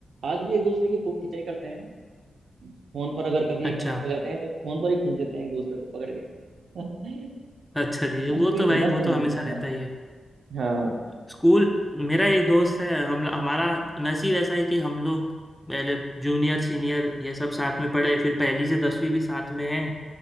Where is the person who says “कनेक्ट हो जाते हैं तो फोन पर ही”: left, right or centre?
Right